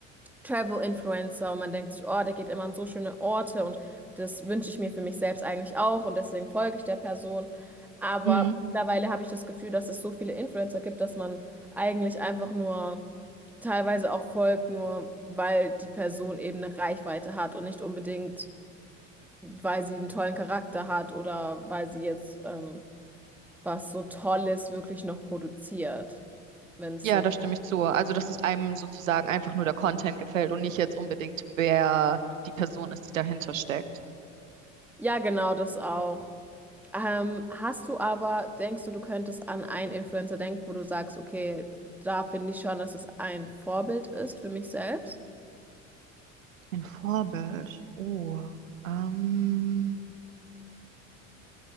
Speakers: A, in the centre; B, on the right.
A: Travel-Influencer und man denkt sich, oh, der geht immer an so schöne Orte und das wünsche ich mir für mich selbst eigentlich auch und deswegen folge ich der Person. Aber
B: Mhm.
A: mittlerweile habe ich das Gefühl, dass es so viele Influencer gibt, dass man eigentlich einfach nur teilweise auch folgt, nur weil die Person eben eine Reichweite hat und nicht unbedingt, weil sie einen tollen Charakter hat oder weil sie jetzt ähm, was so Tolles wirklich noch produziert, wenn es
B: Ja,
A: Sinn.
B: da stimme ich zu. Also, dass es einem sozusagen einfach nur der Content gefällt und nicht jetzt unbedingt, wer die Person ist, die dahinter steckt.
A: Ja, genau, das auch. Ähm, hast du aber, denkst du, du könntest an einen Influencer denken, wo du sagst, okay, da finde ich schon, dass es ein Vorbild ist für mich selbst?
B: Ein Vorbild. Oh, ähm,